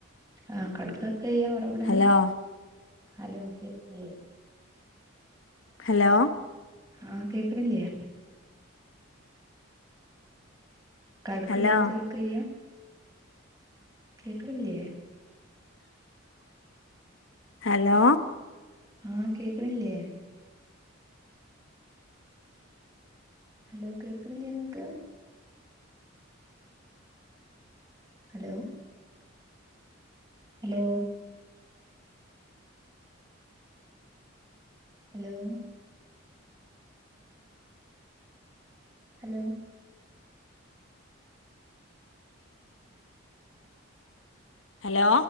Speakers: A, on the right; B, on the left.
A: ആഹ് കട്കാക്കയ്യ വറ്വ്ടാന്
B: ഹലോ
A: ഹലോ കേക്ക്ണില്ലേ
B: ഹലോ
A: ആഹ് കേൾക്കണില്ല്യെ കട്ക്
B: ഹലോ
A: ചേർക്കയ്യ കേക്ക്ണില്ല്യെ
B: ഹലോ
A: ആഹ് കേക്ക്ണില്ലേ ഹലോ കേൾക്കുന്നില്ലേങ്ങൾക്ക് hello hello hello hello
B: hello